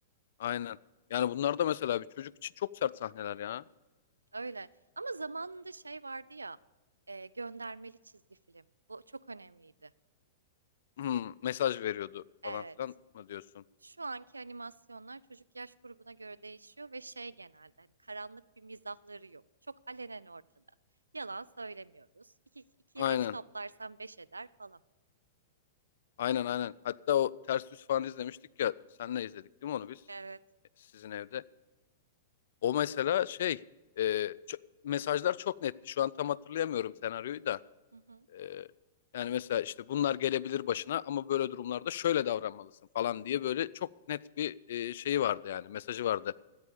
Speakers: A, on the left; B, on the right.
A: Aynen. Yani bunlar da mesela bir çocuk için çok sert sahneler ya.
B: Öyle. Ama zamanında şey vardı ya. e, göndermeli çizgi film. Bu çok önemliydi.
A: Hmm, mesaj veriyordu falan
B: Evet.
A: filan mı diyorsun?
B: Şu anki animasyonlar çocuk yaş grubuna göre değişiyor ve şey genelde hani karanlık bir mizahları yok. Çok alenen ortada. Yalan söylemiyoruz. 2, iki
A: Aynen.
B: ile 3 toplarsan 5 eder falan.
A: Aynen aynen. Hatta o ters yüz falan izlemiştik ya. Senle izledik değil mi onu biz?
B: Evet.
A: Sizin evde. O mesela şey e, ço- mesajlar çok netti. Şu an tam hatırlayamıyorum senaryoyu da.
B: Hı hı.
A: Ee, yani mesela işte bunlar gelebilir başına ama böyle durumlarda şöyle davranmalısın falan diye böyle çok net bir e, şeyi vardı yani mesajı vardı